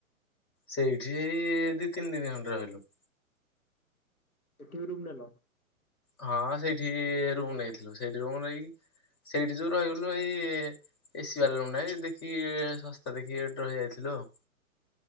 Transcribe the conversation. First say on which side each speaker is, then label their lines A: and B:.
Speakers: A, on the left (about 25°); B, on the left (about 80°).
A: ସେଇଠି ହେଇ ଦି ତିନି ଦିନ ଖଣ୍ଡେ ରହିଲୁ।
B: ଏଠି ବି ରୁମ୍ ନେଲ?
A: ହଁ ସେଇଠି ରୁମ ନେଇଥିଲୁ ସେଇଠି ରୁମ ନେଇକି ସେଇଠି ଯୋଉ ରହିଗଲୁ ଏଇ ଏସି ବାଲା ରୁମ ନାଇଁ। ଦେଖି ଶସ୍ତା ଦେଖିକି ରହିଯାଇଥିଲୁ ଆଉ।